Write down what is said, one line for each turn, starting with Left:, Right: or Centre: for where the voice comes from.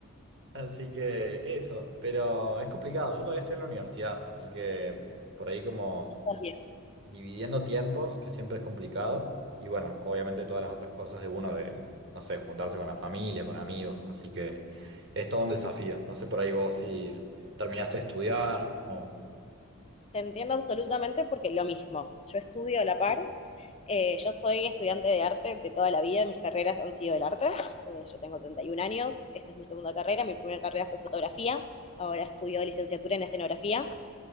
Right: Así que eso, pero es complicado. Yo todavía estoy en la universidad, así que por ahí como
Left: también.
Right: dividiendo tiempos, que siempre es complicado. Y bueno, obviamente todas las otras cosas de uno de, no sé, juntarse con la familia, con amigos. Así que es todo un desafío. No sé por ahí vos si terminaste de estudiar, como...
Left: Te entiendo absolutamente porque lo mismo. Yo estudio a la par Eh, yo soy estudiante de arte de toda la vida, mis carreras han sido del arte. Eh, yo tengo 31 años, esta es mi segunda carrera, mi primera carrera fue fotografía, ahora estudio licenciatura en escenografía